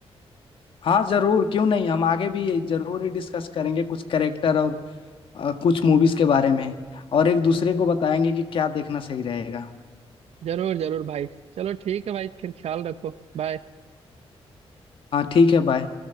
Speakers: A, on the left; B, on the right.
A: हाँ जरूर क्यों नहीं हम आगे भी ये जरूर ही डिस्कस करेंगे कुछ करेक्टर और अ, कुछ मूवीज के बारे में और एक दूसरे को बताएंगे कि क्या देखना सही रहेगा
B: जरूर जरूर भाई चलो ठीक है भाई फिर ख्याल रखो बाय
A: हाँ ठीक है बाय